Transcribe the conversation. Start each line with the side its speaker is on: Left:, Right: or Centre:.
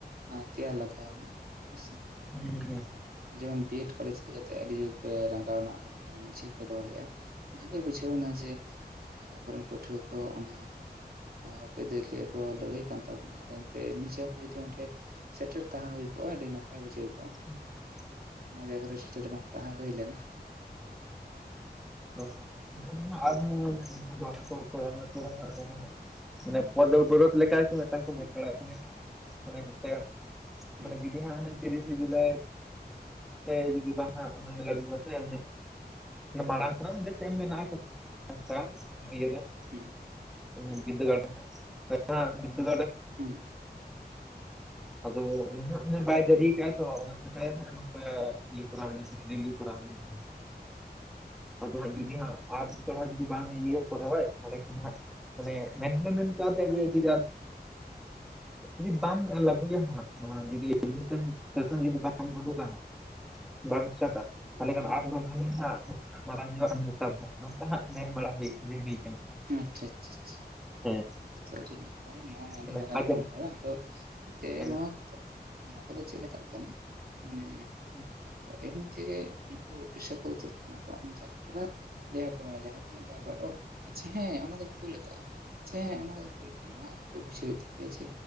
Right: ᱟᱨ ᱛᱮᱭᱟᱨ ᱞᱟᱜᱟᱣᱢᱟ ᱦᱮᱥᱮ
Centre: ᱦᱩᱸ ᱦᱩᱸ
Right: ᱱᱚᱜ ᱚᱭ ᱡᱮᱢᱚᱱ ᱵᱤᱮᱰ ᱠᱚᱞᱮᱡᱽ ᱨᱮ ᱡᱟᱛᱮ ᱟᱹᱰᱤ ᱡᱳᱨ ᱯᱮ ᱨᱟᱸᱜᱟᱣᱱᱟ ᱚᱸᱰᱮ ᱢᱤᱫᱴᱟᱝ ᱢᱤᱪᱷᱤᱞ ᱯᱮ ᱫᱚᱦᱚ ᱞᱮᱫᱼᱟ ᱚᱱᱟᱜᱮ ᱵᱩᱡᱷᱟᱹᱣ ᱱᱟ ᱡᱮ ᱟᱵᱚᱨᱮᱱ ᱯᱟᱹᱴᱷᱩᱣᱟᱹ ᱠᱚ ᱚᱱᱟ ᱚᱠᱚᱭ ᱫᱤᱭᱟᱹ ᱠᱚ ᱞᱟᱹᱲᱦᱟᱹᱭ ᱠᱟᱱ ᱛᱟᱵᱚᱱᱟ ᱟᱫᱚ ᱮᱱᱛᱮ ᱱᱤᱡᱮ ᱦᱚᱸ ᱡᱩᱫᱤ ᱚᱸᱰᱮ ᱥᱮᱴᱮᱨ ᱛᱟᱦᱮᱸ ᱦᱩᱭ ᱠᱚᱜᱼᱟ ᱟᱹᱰᱤ ᱱᱟᱯᱟᱭ ᱵᱩᱡᱷᱟᱹᱣ ᱠᱚᱜᱼᱟ
Centre: <inaudible>
Right: ᱛᱚ ᱚᱱᱟ ᱡᱟᱭᱜᱟ ᱨᱮ ᱥᱮᱴᱮᱨ ᱵᱟᱝ ᱛᱟᱦᱮᱸ ᱦᱩᱭ ᱞᱮᱱᱟ ᱦᱮᱸ
Centre: <unintelligible> ᱟᱨᱦᱚ <unintelligible> ᱠᱚ ᱚᱠᱚᱜ <unintelligible> ᱢᱟᱱᱮ ᱯᱚᱫᱽ ᱚᱵᱚᱨᱳᱫᱷ ᱞᱮᱠᱟ ᱢᱤᱫᱴᱟᱝ ᱠᱚ
Right: ᱦᱩᱸ
Centre: ᱢᱮᱱ ᱵᱟᱲᱟᱭᱮᱫ ᱛᱟᱦᱮᱸᱱᱟ ᱚᱱᱮ ᱢᱤᱫᱴᱮᱱ
Right: ᱦᱩᱸ
Centre: ᱢᱟᱱᱮ ᱡᱩᱫᱤ ᱦᱟᱸᱜ ᱛᱤᱨᱤᱥᱮ ᱡᱩᱞᱟᱭ ᱦᱮᱸ ᱡᱩᱫᱤ ᱵᱟᱝ ᱦᱟᱸᱜ ᱩᱱᱤ ᱞᱟᱹᱜᱩᱜ ᱟ ᱥᱮ ᱮᱢᱱᱤ ᱢᱟᱬᱟᱝ ᱠᱷᱚᱱᱟᱜ <unintelligible> ‌ᱥᱮᱢ ᱢᱮᱱᱟᱜ <unintelligible> ᱥᱟᱶ ᱱᱤᱡᱮᱨᱟᱜ
Right: ᱦᱩᱸ
Centre: ᱩᱸᱜ ᱵᱩᱡ <unintelligible> ᱦᱟᱜ <unintelligible>
Right: ᱦᱩᱸ
Centre: ᱟᱫᱚ <unintelligible> ᱵᱟᱭ ᱥᱤᱨᱤᱣ
Right: ᱦᱩᱸ ᱦᱩᱸ
Centre: ᱠᱟᱜᱟ ᱛᱚ ᱚᱱᱟ ᱱᱟᱠᱷᱟ ᱜᱮ ᱦᱟᱸᱜ ᱱᱚᱝᱠᱟ ᱤᱭᱟᱹ ᱠᱚᱨᱟᱣ ᱦᱩᱭ ᱞᱮᱱ ᱛᱟᱦᱮᱱ ᱨᱮᱞᱤ ᱠᱚᱨᱟᱣ ᱦᱩᱭ ᱞᱮᱱ ᱛᱟᱦᱮᱱ ᱟᱫᱚ ᱦᱟᱸᱜ
Right: ᱦᱩᱸ
Centre: ᱡᱩᱫᱤ ᱦᱟᱸᱜ ᱟᱨ <unintelligible> ᱵᱮᱲᱟ ᱡᱩᱫᱤ ᱵᱟᱝ ᱤᱭᱟᱹ ᱠᱚᱨᱟᱣ ᱟᱭ ᱛᱟᱦᱚᱞᱮ ᱠᱷᱟᱱ ᱦᱟᱸᱜ ᱢᱟᱱᱮ ᱢᱮᱱ ᱜᱮ ᱢᱮᱱ ᱠᱟᱣᱫᱮᱭᱟ ᱡᱮ ᱡᱩᱫᱤᱼᱼ ᱡᱩᱫᱤ ᱵᱟᱢ ᱞᱟᱹᱜᱩᱭᱟᱢ ᱦᱟᱸᱜ ᱱᱚᱣᱟ ᱡᱩᱫᱤ <unintelligible>
Right: ᱦᱩᱸ
Centre: ᱦᱟᱸᱜ ᱵᱟᱝ ᱤᱥᱴᱟᱴᱟ ᱛᱟᱦᱚᱞᱮ
Right: ᱦᱩᱸ
Centre: ᱠᱷᱟᱱ ᱟᱢ ᱫᱚ ᱦᱩᱧ ᱦᱟᱜ ᱢᱟᱨᱟᱝ ᱧᱚᱜ ᱦᱮᱞᱛᱟᱣ ᱠᱷᱟᱜ ᱫᱚ ᱱᱚᱝᱠᱟ ᱦᱟᱸᱜ ᱢᱮᱱ ᱵᱟᱲᱟ ᱦᱩᱭ ᱢᱮᱱᱦᱩᱭ
Right: ᱦᱮᱸ ᱟᱪᱪᱷᱟ ᱟᱪᱪᱷᱟ ᱟᱪᱪᱷᱟ
Centre: ᱦᱮᱸ
Right: ᱟᱪᱪᱷᱟ ᱟᱹᱰᱤ ᱱᱟᱯᱟᱭ ᱱᱚᱣᱟ ᱟᱹᱰᱤ
Centre: ᱢᱟᱱᱮ
Right: ᱢᱟᱨᱟᱝ
Centre: ᱟᱸᱡᱚᱢ
Right: ᱠᱟᱹᱢᱤ ᱦᱚᱨᱟ ᱟᱫᱚ ᱮᱱᱛᱮ
Centre: ᱦᱮᱸ
Right: ᱱᱚᱣᱟ ᱠᱚᱫᱚ ᱱᱚᱣᱟ ᱠᱚᱫᱚ ᱪᱮᱫ ᱞᱮᱠᱟᱜ ᱠᱟᱱᱟ ᱢᱟᱱᱮ
Centre: ᱛᱮ
Right: ᱮᱢᱱᱤ ᱛᱮᱜᱮ ᱩᱱᱠᱩ ᱚᱯᱷᱤᱥᱟᱨ ᱠᱚᱫᱚ ᱪᱮᱫ ᱞᱮᱠᱟᱱᱟ ᱠᱚ ᱟᱢ ᱡᱟᱦᱟᱸ ᱛᱤᱱᱟᱹᱜ ᱞᱟᱹᱭ ᱟᱠᱚ ᱢᱮ ᱡᱟᱦᱟᱸ ᱛᱤᱱᱟᱹᱜ ᱵᱟᱨ ᱵᱟᱨ ᱳ ᱟᱪᱪᱷᱟ ᱦᱮᱸ ᱚᱱᱟ ᱫᱩᱧ ᱠᱩᱞ ᱠᱟᱜᱼᱟ ᱟᱪᱪᱷᱟ ᱦᱮᱸ ᱚᱱᱟ ᱠᱚ ᱠᱩᱞ ᱠᱟᱜ ᱟ ᱱᱚᱣᱟ ᱟᱯᱮ ᱵᱩᱡᱷᱟᱹᱣ ᱦᱩᱭᱩᱜ ᱛᱟᱯᱮᱭᱟ ᱡᱮ